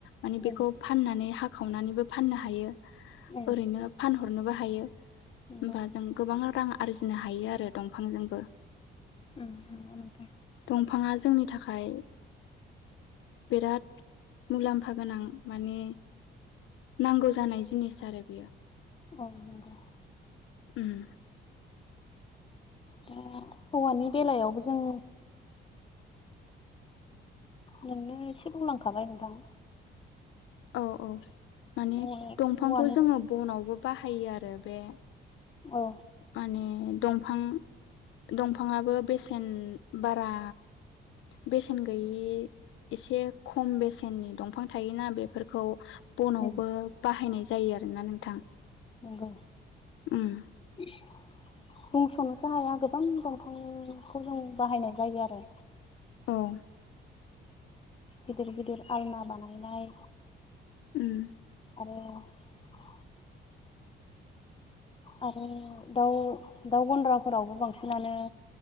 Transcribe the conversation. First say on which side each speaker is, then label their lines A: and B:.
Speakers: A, on the left (about 80°); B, on the left (about 25°).
A: माने
B: उम
A: बेखौ फाननानै हाखावनानैबो फाननो हायो
B: उम
A: ओरैनो फानहरनोबो ह हायो ओमबा
B: नंगौ
A: जों गोबां रां आरजिनो हायो आरो दंफांजोंबो।
B: उम नंगौ नोंथां
A: दंफाङा जोंनि थाखाय बिराद मुलाम्फा गोनां माने नांगौ जानाय जिनिस आरो बेयो
B: औ नंगौ।
A: उम
B: दा हौवानि बेलायावबो जों नोंनो एसे बुंलांखाबाय नोंथां
A: औ औ माने
B: औवानि
A: दंफांखौ जोंङो बनावबो बाहायो आरो बे
B: औ
A: माने दंफां दंफाङाबो बेसेन बारा बेसेन गैयि एसे खम बेसेननि दंफां थायोना बेफोरखौ बनावबो
B: उम
A: बाहायनाय जायो जायो आरोना नोंथां
B: नंगौ
A: ओम
B: <unintelligible> बुंस'नोसो हाया गोबां दंफांखौ जों बाहायनाय जायो आरो
A: औ
B: गिदिर गिदिर आलना बानायनाय
A: ओम
B: आरो आरो दाउ दाउ गनन्द्राफोरावबो बांसिनानो